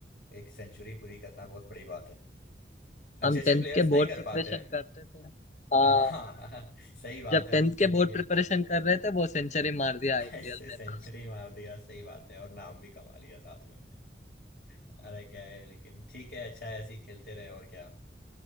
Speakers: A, on the left (about 55°); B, on the left (about 40°).
A: एक सेंचुरी पूरी करना बहुत बड़ी बात है अच्छे
B: हम
A: अच्छे
B: टेंथ
A: प्लेयर्स
B: के
A: नहीं
B: बोर्ड
A: कर
B: प्रिपरेशन
A: पाते हैं
B: करते थे हाँ
A: हाँ <laughs> सही बात
B: जब
A: है
B: टेंथ
A: हम टेंथ
B: के बोर्ड
A: के
B: प्रिपरेशन कर रहे थे वो सेंचुरी मार दिया आईपीएल
A: ऐसे सेंचुरी
B: में तो
A: मार दिया सही बात है और नाम भी कमा लिया साथ में हमारा क्या है लेकिन ठीक है अच्छा है ऐसे ही खेलते रहे और क्या